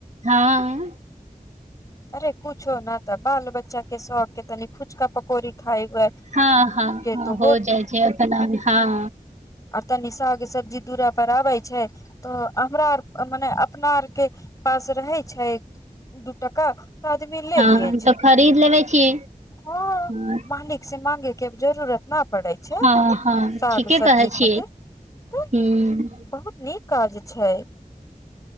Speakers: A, on the right; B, on the left.
A: हँ
B: अरे कुछ न त बाल बच्चा कें सभ कें पूछोक पकौरी खाइ हए
A: हाँ हाँ
B: के
A: हाँ
B: तो
A: हो जाइ छैना हँ
B: आ तनि साहे सब्जी दुअरापर आबै छै तऽ हमरा आर मने अपना आरके पास रहै छै दू टाका तऽ आदमी ले
A: हाँ
B: लियए छै
A: तऽ खरीद लेबे छियै
B: हँ
A: हाँ
B: मालिक से मागे जरूरत ने पड़ै छै
A: हँ हँ
B: साग
A: ठीके
B: सब्जी
A: कहै छियै
B: खातिर
A: हूँ
B: बहुत नीक काज छै